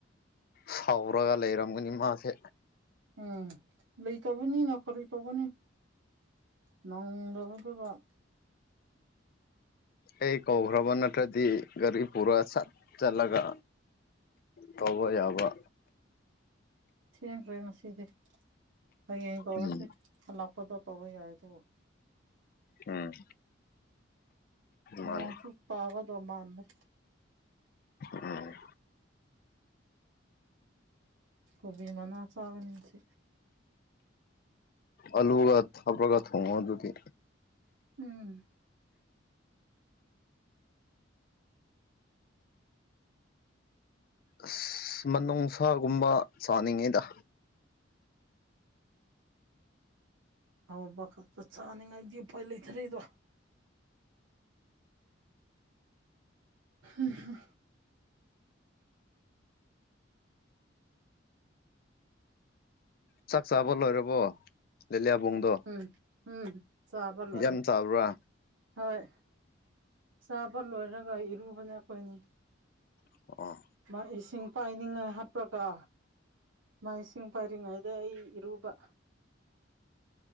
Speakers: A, on the left (about 50°); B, on the right (about 90°).
A: ꯁꯥꯎꯔꯒ ꯂꯩꯔꯝꯒꯅꯤ ꯃꯥꯁꯦ
B: ꯎꯝ ꯂꯩꯇꯕꯅꯤ ꯅꯈꯧꯔꯤ ꯇꯧꯕꯅꯤ ꯅꯪꯗ‌ꯣ <inaudible> ꯗꯨꯗꯤꯀ‌ꯣ
A: ꯑꯩ ꯀꯧꯈ꯭ꯔꯕ ꯅꯠꯇ꯭ꯔꯗꯤ ꯒꯥꯔꯤ ꯄꯨꯔꯥ ꯁꯠ ꯆꯠꯂꯒ ꯇꯧꯕ ꯌꯥꯕ
B: ꯊꯦꯡꯈ꯭ꯔꯦ ꯉꯁꯤꯗꯤ ꯍꯌꯦꯡ ꯇꯧꯔꯁꯦ
A: ꯎꯝ
B: ꯍꯜꯂꯛꯄꯗ ꯇꯧꯔ ꯌꯥꯏ ꯇꯣ
A: ꯎꯝ ꯃꯥꯅꯦ
B: ꯅꯣꯡꯁꯨ ꯇꯥꯒꯗꯣ ꯃꯥꯟꯗ‌ꯦ
A: ꯎꯝ
B: ꯀꯣꯚꯤ ꯃꯅꯥ ꯆꯥꯒꯅꯤꯁꯤ
A: ꯑꯂꯨꯒ ꯊꯕꯔꯒ ꯊ‌ꯣꯡꯉ‌ꯣ ꯑꯗꯨꯗꯤ
B: ꯎꯝ
A: ꯑꯁ ꯃꯅꯨꯡꯁꯥꯒꯨꯝꯕ ꯆꯥꯅꯤꯡꯉꯤꯗ
B: ꯍꯥꯎꯕ ꯈꯛꯇ ꯆꯅꯤꯡꯉꯥꯗꯤ ꯎꯄꯥꯏ ꯂꯩꯇꯔ‌ꯦꯗꯣ ꯍ ꯍ
A: ꯆꯥꯛ ꯆꯥꯕ ꯂꯣꯏꯔꯕꯣ ꯂꯤꯂꯤꯌꯥꯕꯨꯡꯗꯣ
B: ꯎꯝ ꯎꯝ ꯆꯥꯕ ꯂꯣꯏꯔꯦ
A: ꯌꯥꯝ ꯆꯥꯕ꯭ꯔꯥ
B: ꯍꯣꯏ ꯆꯥꯕ ꯂꯣꯏꯔꯒ ꯏꯔꯨꯕꯅꯦ ꯈ‌ꯣꯏꯅꯤ
A: ꯑꯣ
B: ꯃꯥꯒꯤ ꯏꯁꯤꯡ ꯄꯥꯏꯅꯤꯡꯉꯥꯏ ꯍꯥꯞꯄꯒ ꯃꯥ ꯏꯁꯤꯡ ꯄꯥꯏꯔꯤꯉꯩꯗ ꯑꯩ ꯏꯔꯨꯕ